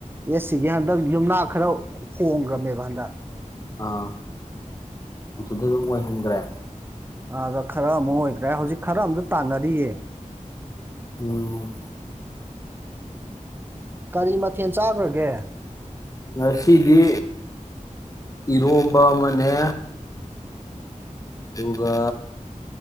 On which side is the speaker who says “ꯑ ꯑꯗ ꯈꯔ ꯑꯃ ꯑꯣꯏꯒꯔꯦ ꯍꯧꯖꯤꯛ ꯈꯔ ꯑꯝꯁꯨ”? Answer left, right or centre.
Right